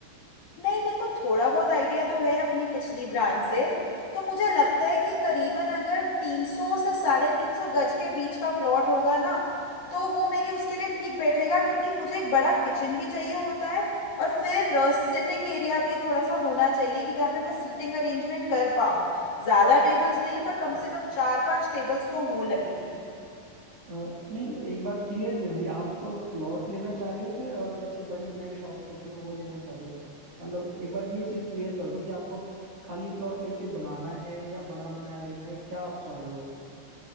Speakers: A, on the left; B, on the right.
A: नहीं मेरे को थोड़ा बहुत आइडिया तो है अपनी पिछली ब्रांच से तो मुझे लगता है कि करीबन अगर 300 से साढ़े तीन सौ गज के बीच का प्लॉट होगा ना तो वो मेरी उसके लिए ठीक बैठेगा क्योंकि मुझे एक बड़ा किचन भी चाहिए होता है और फिर सिटिंग एरिया भी थोड़ा सा होना चाहिए कि जहाँ पे मैं सीटिंग अरेंजमेंट कर पाऊँ ज़्यादा टेबल्स नहीं
B: ओके
A: पर कम से कम चार पांच टेबल्स तो हों लगी हुई
B: अ, नहीं एक बात क्लियर नहीं हुई आप प्लॉट लेना चाह रहे हो कि अ, जैसे बनी बनाई शॉप्स होती हैं वो लेना चाह रहे हो मतलब एक बार ये चीज क्लियर कर दो कि आपको खाली प्लॉट लेके बनाना है या बना बनाया लेना है क्या आप चाह रहे हो ऐसे